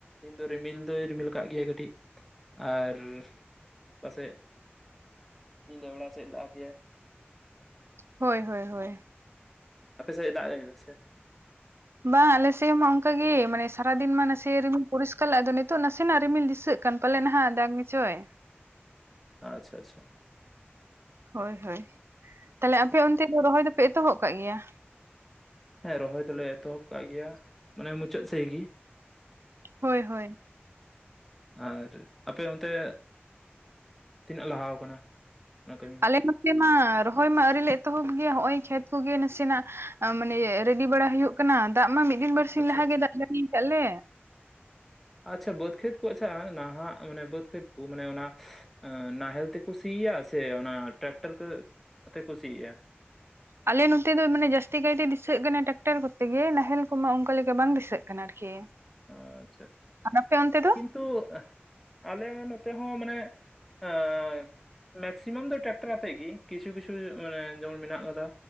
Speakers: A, in the centre; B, on the right (about 75°).
A: ᱤᱧ ᱫᱚ ᱨᱤᱢᱤᱞ ᱫᱚᱭ ᱨᱤᱢᱤᱞ ᱠᱟᱜ ᱜᱮᱭᱟᱭ ᱠᱟᱹᱴᱤᱡ ᱟᱨ ᱯᱟᱥᱮᱡ ᱧᱤᱫᱟᱹ ᱵᱮᱲᱟ ᱥᱮᱜ ᱫᱟᱜ ᱜᱮᱭᱟ᱾
B: ᱦᱳᱭ ᱦᱳᱭ ᱦᱳᱭ
A: ᱟᱯᱮ ᱥᱮᱜ ᱫᱟᱜ ᱮᱫᱟ ᱥᱮ?
B: ᱵᱟᱝ ᱟᱞᱮᱥᱮᱜ ᱢᱟ ᱚᱱᱠᱟ ᱜᱮ, ᱢᱟᱱᱮ ᱥᱟᱨᱟᱫᱤᱱ ᱢᱟ ᱱᱟᱥᱮ ᱨᱤᱢᱤᱞ ᱯᱚᱨᱤᱥᱠᱟᱨ ᱞᱮᱜ ᱟᱫᱚ ᱱᱤᱛᱚᱜ ᱱᱟᱥᱮᱱᱟᱜ ᱨᱤᱢᱤᱞ ᱫᱤᱥᱟᱹᱜ ᱠᱟᱱ ᱯᱟᱞᱮ ᱱᱟᱦᱟᱜ ᱫᱟᱜ ᱜᱮᱪᱚᱭ᱾
A: ᱟᱪᱪᱷᱟ ᱟᱪᱪᱷᱟ
B: ᱦᱳᱭ ᱦᱳᱭ, ᱛᱟᱦᱚᱞᱮ ᱟᱯᱮ ᱚᱱᱛᱮ ᱫᱚ ᱨᱚᱦᱚᱭ ᱫᱚᱯᱮ ᱮᱛᱚᱦᱚᱵ ᱠᱟᱜ ᱜᱮᱭᱟ?
A: ᱦᱮᱸ ᱨᱚᱦᱚᱭ ᱫᱚᱞᱮ ᱮᱛᱚᱦᱚᱵ ᱠᱟᱜ ᱜᱮᱭᱟ ᱢᱟᱱᱮ ᱢᱩᱪᱟᱹᱫ ᱥᱮᱡ ᱜᱤ᱾
B: ᱦᱳᱭ ᱦᱳᱭ
A: ᱟᱨ ᱟᱯᱮ ᱚᱱᱛᱮ ᱛᱤᱱᱟᱹᱜ ᱞᱟᱦᱟᱣ ᱠᱟᱱᱟ ᱚᱱᱟ ᱠᱟᱹᱢᱤ ᱦᱚᱸ?
B: ᱟᱞᱮ ᱱᱚᱛᱮ ᱢᱟ ᱨᱚᱦᱚᱭ ᱢᱟ ᱟᱹᱣᱨᱤ ᱞᱮ ᱮᱛᱚᱦᱚᱵ ᱜᱮᱭᱟ, ᱦᱚᱜᱼᱚᱭ ᱠᱷᱮᱛ ᱠᱚᱜᱮ ᱱᱟᱥᱮᱱᱟᱜ ᱢᱟᱱᱮ ᱨᱮᱰᱤ ᱵᱟᱲᱟ ᱦᱩᱭᱩᱜ ᱠᱟᱱᱟ, ᱫᱟᱜ ᱢᱟ ᱢᱤᱫ ᱫᱤᱱ ᱵᱟᱨᱥᱤᱧ
A: ᱟᱪᱪᱷᱟ
B: ᱞᱟᱦᱟ
A: ᱟᱪᱪᱷᱟ
B: ᱜᱮ ᱫᱟᱜ ᱡᱟᱲᱤ ᱠᱟᱫ ᱞᱮ᱾
A: ᱟᱪᱪᱷᱟ ᱵᱟᱹᱫᱽ ᱠᱷᱮᱛ ᱠᱚ ᱟᱪᱪᱷᱟ ᱱᱟᱦᱟᱜ ᱢᱟᱱᱮ ᱵᱟᱹᱫᱽ ᱠᱷᱮᱛ ᱠᱚ ᱢᱟᱱᱮ ᱚᱱᱟ ᱱᱟᱦᱮᱞ ᱛᱮᱠᱚ ᱥᱤᱭᱟ ᱥᱮ ᱚᱱᱟ ᱴᱨᱟᱠᱴᱟᱨ ᱛᱮᱠᱚ ᱥᱤᱭᱟ?
B: ᱟᱞᱮ ᱱᱚᱛᱮ ᱫᱚ ᱢᱟᱱᱮ ᱡᱟᱹᱥᱛᱤ ᱠᱟᱭᱛᱮ ᱫᱤᱥᱟᱹᱜ ᱠᱟᱱᱟ ᱴᱟᱠᱴᱟᱨ ᱠᱚᱛᱮ ᱜᱮ, ᱱᱟᱦᱮᱞ ᱠᱚᱢᱟ ᱚᱱᱠᱟ ᱞᱮᱠᱟ ᱵᱟᱝ ᱫᱤᱥᱟᱹᱜ ᱠᱷᱟᱱ ᱟᱨᱠᱤ,
A: ᱟᱪᱪᱷᱟ
B: ᱟᱨ ᱟᱯᱮ ᱚᱱᱛᱮ ᱫᱚ
A: ᱠᱤᱱᱛᱩ ᱟᱞᱮ ᱱᱚᱛᱮ ᱦᱚᱸ ᱢᱟᱱᱮ ᱮᱸ ᱢᱮᱠᱥᱤᱢᱟᱢ ᱫᱚ ᱴᱟᱠᱴᱟᱨ ᱟᱛᱮᱜ ᱜᱮ ᱠᱤᱪᱷᱩ ᱠᱤᱪᱷᱩ ᱢᱟᱱᱮ ᱡᱮᱢᱚᱱ ᱢᱮᱱᱟᱜ ᱠᱟᱫᱟ᱾